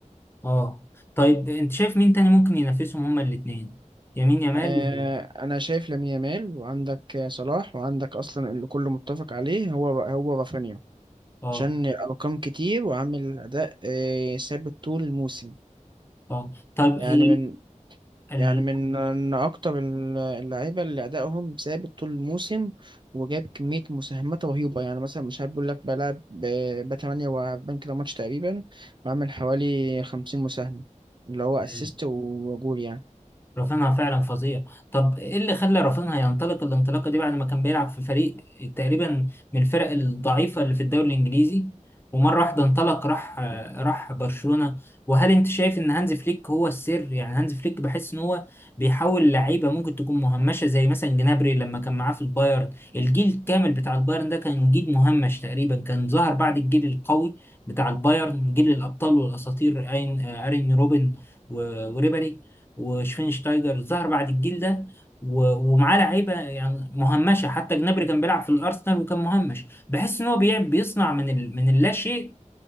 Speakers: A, on the left (about 15°); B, on the right (about 35°).
A: اه طيب انت شايف مين تاني ممكن ينافسهم هما الاثنين يمين يامال
B: آه،
A: و...
B: انا شايف لامين يامال وعندك آه، صلاح وعندك اصلا اللي كله متفق عليه هو هو رافينيا
A: اه
B: عشان ارقام كتير وعامل اداء آه، ثابت طول الموسم
A: اه طيب هي
B: يعني من
A: ال...
B: يعني من من اكتر ال- اللعيبه اللي ادائهم ثابت طول الموسم وجاب كميه مساهمات رهيبه يعني مثلا مش هقول لك بلعب ب 48 كده ماتش تقريبا بعمل حوالي 50 مساهمه اللي هو اسيست
A: ال...
B: وجول يعني
A: رافينها فعلا فظيع طب ايه اللي خلى رافينها ينطلق الانطلاقه دي بعد ما كان بيلعب في فريق تقريبا من الفرق الضعيفه اللي في الدوري الانجليزي ومره واحده انطلق راح راح برشلونه وهل انت شايف ان هانز فليك هو السر يعني هانز فليك بحس ان هو بيحاول لعيبه ممكن تكون مهمشه زي مثلا جنابري لما كان معاه في البايرن الجيل الكامل بتاع البايرن ده كان جيل مهمش تقريبا كان ظهر بعد الجيل القوي بتاع البايرن جيل الابطال والاساطير اين آه، ارين روبن و- وريبري وشفينشتايجر ظهر بعد الجيل ده و- ومعاه لعيبه يعني مهمشه حتى جنابري كان بيلعب في الارسنال وكان مهمش بحس ان هو بيع- بيصنع من ال... من اللا شيء